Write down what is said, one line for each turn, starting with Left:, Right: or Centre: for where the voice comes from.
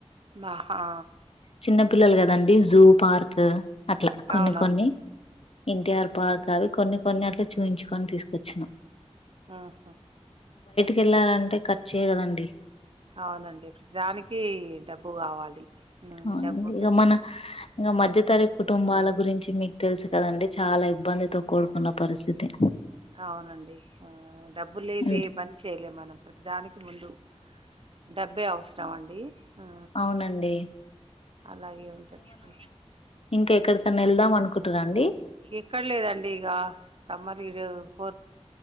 Right: నాహా
Left: చిన్న పిల్లలు కదండి జూ పార్క్ అట్ల కొన్ని
Right: అవునవును
Left: కొన్ని ఎన్టీఆర్ పార్క్ అవి కొన్ని కొన్ని అట్ల చూయించుకొని తీసుకొచ్చిన
Right: అహ
Left: వెళ్లాలంటే ఖర్చే కదండి
Right: అవునండి ప్రానికి డబ్బు కావాలి ఉమ్,
Left: అవునండి
Right: డబ్బు ఉంటేనే
Left: ఇగ మన ఇగ మధ్యతరగతి కుటుంబాల
Right: ఆ
Left: గురించి మీ తెలుసు కదండి చాలా ఇబ్బందితో కూడుకున్న పరిస్థితి
Right: అవునండి ఆ డబ్బు లేంది
Left: ఉం,
Right: ఏ పని చేయలేమ్ మనం ప్రతిదానికి ముందు డబ్బే అవసరం అండి ఆ
Left: అవునండి
Right: అలాగే ఉంటద్ డి
Left: ఇంక ఎక్కడికన్నా వెళ్దాం అనుకుటురా అండి
Right: ఎక్కడ లేదండి ఇగ సమ్మర్ ఇరో ఫోర్